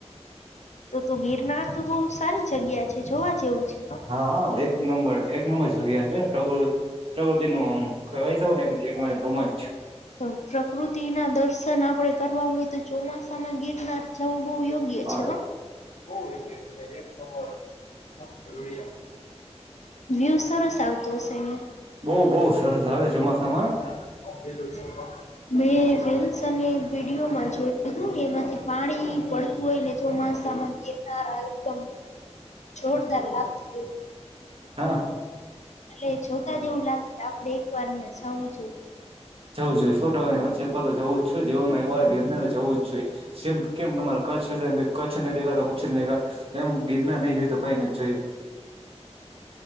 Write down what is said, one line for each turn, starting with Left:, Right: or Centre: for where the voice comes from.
Left: તો તું ગિર નાર તો બોવ સારી જગ્યા છે. જોવા જેવું છે, કાં?
Right: હા હા એક નંબર એક નંબર જગ્યા છે પ્રકૃ પ્રકૃતિ નું આમ
Left: <inaudible>
Right: કહેવાય શકો ને એક રોમાંચ
Left: તો પ્રકૃતિ ના દર્શ ન આપણે કરવા હોય તો ચોમાસામાં ગિરનાર જાવુ બોવ યો યોગ્ય છે
Right: હા
Left: કાં? બોવ યોગ્ય છે. એક નંબર મસ્ત રળિયામણું વ્યુ. વ્યું સરસ આવતો હશે. બોવ
Right: બહુ
Left: બોવ
Right: બહુ
Left: સરસ આવે
Right: ચોમાસામાં
Left: ચોમાસામાં. લીલુંછમ વાતાવરણ. મેં રીલ્સ અને વિડીયોમાં જોયું તું. એમાંથી પાણી પડતું કોઈને જ ચોમાસામાં ગીરનાર આ એકદમ જોરદાર લાગતું એવું
Right: હન <inaudible>
Left: એટલે જોતા જ એવું લાગે કે આપડે વાર યાં જાઉં જોએ.
Right: જવું જોઈએ સો ટકાની વાત. એક વાર તો જવું જ છે હો જીવનમાં એક વાર ગિરનારે જવું જ છે. સેમ કેમ તમારા કચ્છ વિશે એમ કે કચ્છ નહીં દેખા તો કુછ નહીં દેખા તેમ ગિરનાર નઈ જોયું તો કઈ નથ જોયું.